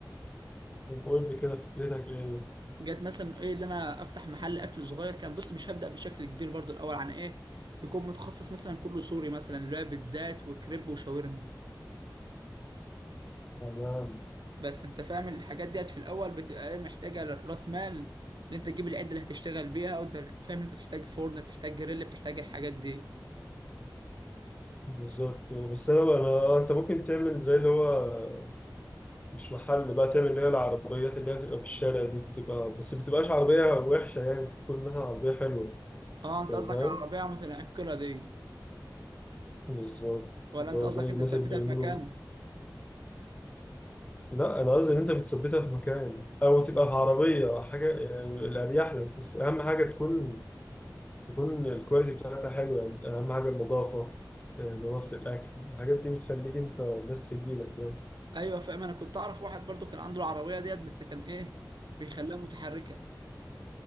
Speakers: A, on the left (about 20°); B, on the right (about 75°).
A: طب قول لي كده فكرتك إيه؟
B: جت مثلا ايه اللي انا افتح محل اكل صغير كان بص مش هبدا بشكل كبير برضو الاول عن ايه يكون متخصص مثلا كله سوري مثلا اللي هو بيتزات وكريب وشاورما
A: تمام
B: بس انت فاهم الحاجات ديت في الاول بتبقى ايه محتاجه راس مال اللي انت تجيب العده اللي هتشتغل بيها وانت فاهم انت بتحتاج فرن بتحتاج جريل بتحتاج الحاجات دي
A: بالظبط بس أنا بقى أنا آه، أنت ممكن تعمل زي اللي هو مش محل بقى تعمل اللي هي العربيات اللي هي بتبقى في الشارع دي بتبقى بس بتبقاش عربية وحشة يعني تكون مثلا عربية حلوة
B: اه انت
A: يعني
B: قصدك
A: فاهم؟
B: على العربية متنقلة دي
A: بالظبط
B: ولا
A: اللي
B: انت
A: هو
B: قصدك
A: زي الناس
B: انت تثبتها
A: اللي بيعملوا
B: في مكان
A: لا انا قصدي ان انت بتثبتها في مكان او تبقى في عربيه حاجه يعني الاريح لك بس اهم حاجه تكون تكون الكواليتي بتاعتها حلوه يعني اهم حاجه النظافه آه، نظافه الاكل الحاجات دي بتخليك انت بس تجيلك يعني
B: ايوه فاهم انا كنت اعرف واحد برضو كان عنده العربية ديت بس كان ايه بيخليها متحركة